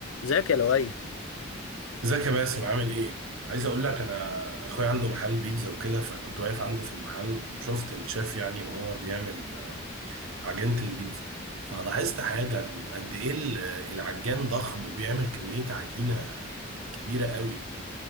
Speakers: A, on the left (about 80°); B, on the right (about 80°).
A: ذاك يا لؤي
B: ازيك يا باسم عامل ايه؟ عايز اقول لك انا اخويا عنده محل بيتزا وكده فكنت واقف عنده في المحل وشفت الشيف يعني وهو بيعمل آه، عجينة البيتزا فلاحظت حاجة ال- قد ايه ال- العجان ضخم وبيعمل كمية عجينة كبيرة قوي